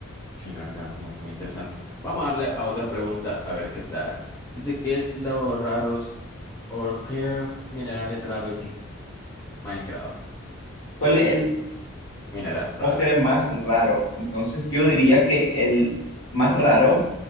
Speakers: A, on the left (about 15°); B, on the left (about 80°).
A: Sí, la verdad, muy, muy interesante. Vamos a darle a otra pregunta a ver qué tal. Dice, ¿qué es lo raros o qué mineral es raro en Minecraft?
B: ¿Cuál es el
A: Mineral raro,
B: ocre más raro? Entonces yo diría que el más raro